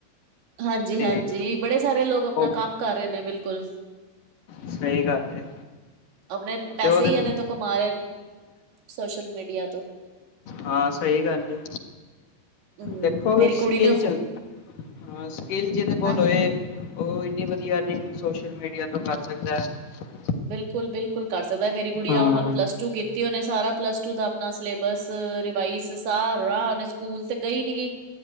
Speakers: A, on the right; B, on the left.
A: ਹਾਂਜੀ
B: ਤੇ
A: ਹਾਂਜੀ ਬੜੇ ਸਾਰੇ ਲੋਕ ਆਪਣਾ
B: ਉਹ
A: ਕੰਮ ਕਰ ਰਹੇ ਨੇ ਬਿਲਕੁਲ।
B: ਸਹੀ ਗੱਲ ਤੇ।
A: ਆਪਣੇ ਪੈਸੇ
B: ਤੇ ਉਹਦੇ
A: ਹੀ ਇਹਦੇ ਤੋਂ ਕਮਾ ਰਹੇ ਸੋਸ਼ਲ ਮੀਡੀਆ ਤੋਂ
B: ਹਾਂ ਸਹੀ ਗੱਲ ਜੀ।
A: ਹਮ
B: ਦੇਖੋ
A: ਮੇਰੀ
B: ਸਕਿੱਲ
A: ਕੁੜੀ ਨੇ
B: ਚੱਲਦੀ ਹਾਂ ਸਕਿੱਲ ਜਿਹਦੇ ਕੋਲ
A: ਹਾਂ
B: ਹੋਏ ਉਹ ਇੰਨੀ ਵਧੀਆ ਅਰਨਿੰਗ ਸੋਸ਼ਲ ਮੀਡੀਆ ਤੋਂ ਕਰ ਸਕਦਾ ਹੈ।
A: ਬਿਲਕੁਲ ਬਿਲਕੁਲ ਕਰ ਸਕਦਾ ਮੇਰੀ ਗੁੜੀ
B: ਹਾਂ।
A: ਹੁਣ ਪਲੱਸ ਟੂ ਤੇ ਉਹਨੇ ਸਾਰਾ ਪਲੱਸ ਟੂ ਦਾ ਆਪਣਾ ਸਿਲੇਬਸ ਬਾਈ ਸ ਸਾਹਾਹ ਨੇ ਸਕੂਲ ਤੇ ਗਈ ਨੀ ਗ